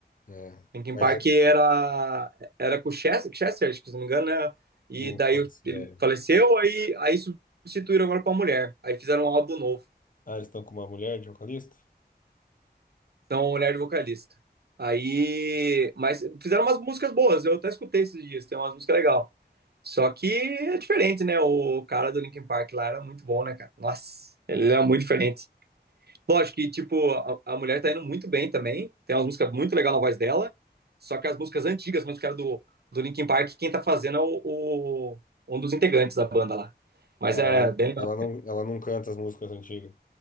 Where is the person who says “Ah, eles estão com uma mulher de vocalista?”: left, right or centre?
Left